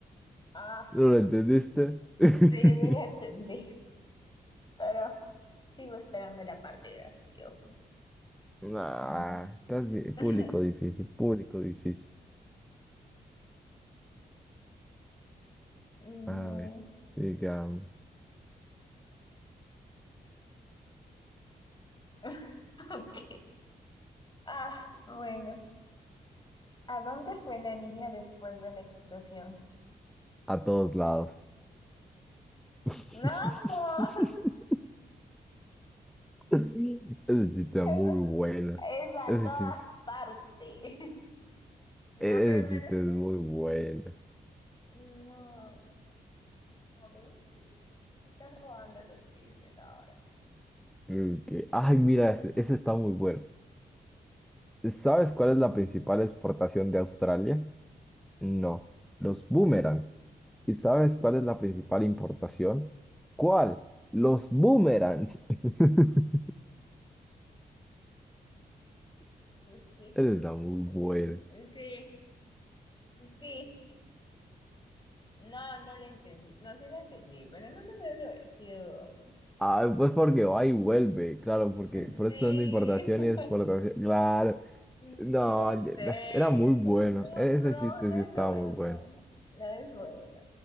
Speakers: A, on the left; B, in the centre.
A: ah,
B: ¿No lo entendiste? <laughs>
A: sí, la entendí. Pero sigo esperando la parte graciosa.
B: Ah,
A: No.
B: estás bien.
A: <laughs>
B: Público difícil, público difícil.
A: No.
B: A ver, digamos,
A: <laughs> Ok. Ah, bueno. ¿A dónde fue la niña después de la explosión?
B: a todos lados. <laughs>
A: No, <laughs>
B: Ese chiste es
A: es,
B: muy bueno.
A: es a
B: Ese
A: todas
B: chiste,
A: partes. <laughs> No,
B: ese
A: pero al menos
B: chiste es
A: es-
B: muy bueno.
A: no, no viste. Estás robando los chistes ahora.
B: Ok. Ay, mira, ese, ese está muy bueno. ¿Sabes cuál es la principal exportación de Australia? No, los boomerangs. ¿Y sabes cuál es la principal importación? ¿Cuál? Los boomerangs. <laughs>
A: Sí,
B: Esa está muy buena.
A: sí, sí, sí. No, no lo entendí. No, sí lo entendí, pero no lo veo lo gracioso.
B: Ah, pues porque va y vuelve, claro, porque por
A: Sí,
B: eso son de importación
A: <laughs> sí
B: y exportación. Claro.
A: lo
B: No,
A: sé,
B: era muy bueno.
A: pero no,
B: e,
A: no,
B: Ese chiste
A: no
B: sí
A: es
B: estaba
A: bueno.
B: muy bueno.
A: No es bueno.